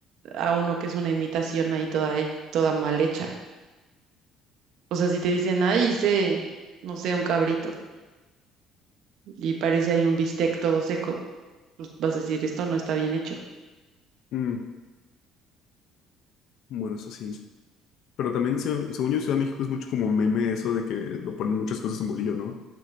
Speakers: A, on the right; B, on the left.
A: a uno que es una imitación ahí toda, he- toda mal hecha. O sea, si te dicen, ay, hice, no sé, un cabrito y parece ahí un bistec todo seco, pues vas a decir, esto no está bien hecho.
B: Mm, bueno, eso sí. Pero también, se- según yo, Ciudad de México es mucho como meme eso de que lo ponen muchas cosas en bolillo, ¿no?